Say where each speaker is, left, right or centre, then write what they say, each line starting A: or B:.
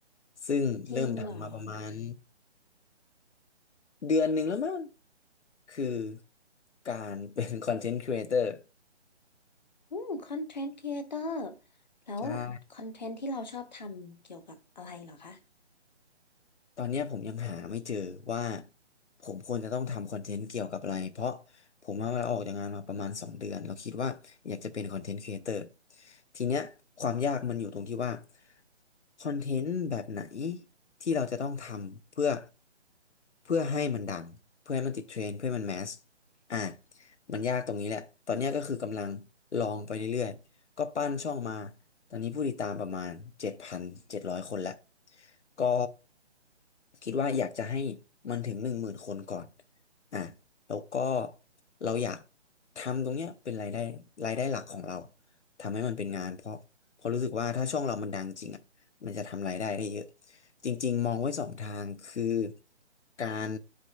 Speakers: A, on the left; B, on the left.
A: ซึ่งเริ่มดัทำมาประมมาณ
B: จริงเหรอ
A: เดือนหนึ่งแล้วมั้งคือการเป็น <laughs> คอนเทนต์ครีเอเตอร์
B: อืมคอนเทนต์ครีเอเตอร์แล้วคอนเทนต์ที่เราชอบทำเกี่ยวกับอะไรเหรอคะ
A: ใช่ ตอนเนี้ยผมยังหาไม่เจอว่าผมควรจะต้องทำคอนเทนต์เกี่ยวกับอะไรเพราะผมว่าเราออกจากงานมาประมาณสองเดือนเราคิดว่าอยากจะเป็นคอนเทนต์ครีเอเตอร์ทีเนี้ยความยากมันอยู่ตรงที่ว่าคอนเทนต์แบบไหนที่เราจะต้องทำเพื่อเพื่อให้มันดังเพื่อให้มันติดเทรนด์เพื่อให้มันแมสอ่ะมันยากตรงนี้แหละตอนเนี้ยก็คือกำลังลองไปเรื่อยๆ ก็ปั้นช่องมา ตอนนี้ผู้ติดตามประมาณเจ็ดพันเจ็ดร้อยคนแล้วก็คิดว่าอยากจะให้มันถึงหนึ่งหมื่นคนก่อนอ่ะแล้วก็เราอยากทำตรงเนี้ยเป็นรายได้รายได้หลักของเรา ทำให้มันเป็นงานเพราะเพราะรู้สึกว่าถ้าช่องเรามันดังจริงอ่ะมันจะทำรายได้ได้เยอะจริงๆมองไว้สองทางคือการ